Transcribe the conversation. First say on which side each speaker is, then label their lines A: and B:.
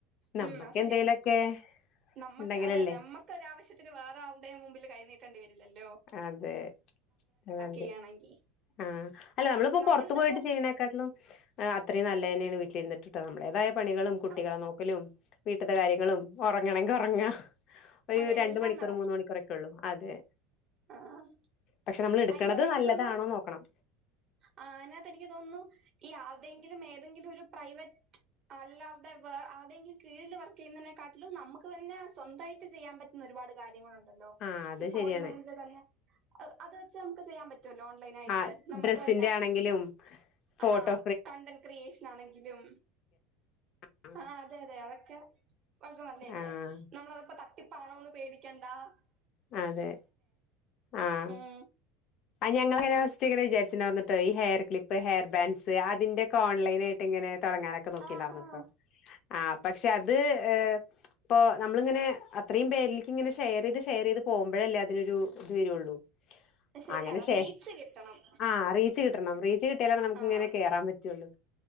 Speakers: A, on the left; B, on the right.
A: നമ്മക്ക്
B: ഉമ് അത് ശരിയാണ്
A: എന്തേലൊക്കെ
B: നമ്മക്ക്
A: ഉണ്ടെങ്കിലല്ലേ
B: അതെ അതെ നമ്മക്ക് ഒരാവശ്യത്തിന് വേറെ ആളുടെയും മുമ്പില് കൈ നീട്ടേണ്ടി വരില്ലല്ലേ
A: അതെ അതാണ്ട്
B: ചെയ്യാണെങ്കി
A: ആഹ് അല്ല നമ്മളിപ്പോ
B: നമ്മളിതിപ്പോ
A: പോറത്തു പോയിട്ട് ചെയ്യണേക്കാട്ടിലും അത്രയും നല്ല തന്നെയാണ് വീട്ടില്ല് ഇുരുന്നിട്ടണ്ട് നമ്മള അതായത് പണികളും കുട്ടികളെ
B: ആ
A: നോക്കലും വീട്ടത്തെ കാര്യങ്ങളും ഉറങ്ങണെങ്കിൽ ഉറങ്ങ ഒരു
B: അതെ
A: രണ്ട
B: എല്ലാം
A: മണിക്കൂർ മൂന്ന് മണിക്കൂറൊക്കെ ഉള്ളു അതെ
B: ആഹ്
A: പക്ഷെ നമ്മൾ എടുക്കണത്
B: അയിന് എനിക്ക്
A: നല്ലതാണോ
B: തോന്ന്ണൂ
A: നോക്കണം
B: ആ അതിനകത്ത് എനിക്ക് തോന്നുന്നു ഈ ആരുടെയെങ്കിലും ഏതെങ്കിലും ഒരു പ്രൈവറ്റ് അല്ലാരുടെ ആരുടെയെങ്കിലും കീഴിൽ വർക്ക് ചെയ്യുന്നതിനെക്കാട്ടിലും നമുക്ക് തന്നെ സ്വന്തമായിട്ട് ചെയ്യാൻ പറ്റുന്ന ഒരുപാട് കാര്യങ്ങളുണ്ട് ഒണ്ടല്ലോ
A: ആഹ് അത്
B: ഇപ്പൊ
A: ശരിയാണ്
B: ഓൺലൈൻ അ അത് വെച്ച് നമുക്ക് ചെയ്യാൻ പറ്റും ഓൺലൈൻ ആയിട്ട്
A: ആഹ്
B: നമുക്ക്
A: ഡ്രസ്സിന്റെ
B: തന്നെ
A: ആണെങ്കിലും ഫോട്ടോ
B: ആ കണ്ടന്റ്ക്രിയേഷൻ ആണെങ്കിലും
A: ഫ്രെയിം
B: ആഹ് അതെയതെ അതൊക്കെ നല്ലതല്ലേ
A: ആഹ്
B: നമ്മളൊക്കെ തട്ടിപ്പ് ആണോ എന്ന് പേടി <unintelligible>
A: അതെ ആഹ്
B: ഉം
A: ഞങ്ങൾ ഇങ്ങനെ ഫസ്റ്റ് ഇങ്ങനെ വിചാരിച്ചുട്ടുണ്ട് ഈ ഹെയർ ക്ലിപ്പ് ഹെയർ ബാൻസ് അതിന്റെ ഒക്കെ ഓൺലൈനായിട്ട് ഇങ്ങനെ തൊടങ്ങനൊക്കെ നോക്കിട്ടുണ്ടായിന്ട്ടോ
B: ആഹ് ആഹ്
A: ആ പക്ഷെ അത് ഏ ഇപ്പൊ നമ്മളിങ്ങനെ അത്രയും പേരിലേക്ക് ഇങ്ങനെ ഷെയർ ചെയ്ത് ഷെയർ ചെയ്ത് പോമ്പഴല്ലേ അതിനൊരു ഇത് വരുള്ളു
B: ശരിയാണ്
A: അങ്ങനെക്ഷേ
B: റീച്ച് കിട്ടണം
A: ആ റീച്ച് കിട്ടണം റീച്ച് കിട്ടിയാല നമുക്ക്
B: ആഹ്
A: ഇങ്ങനെ കേറാൻ പറ്റുള്ളൂ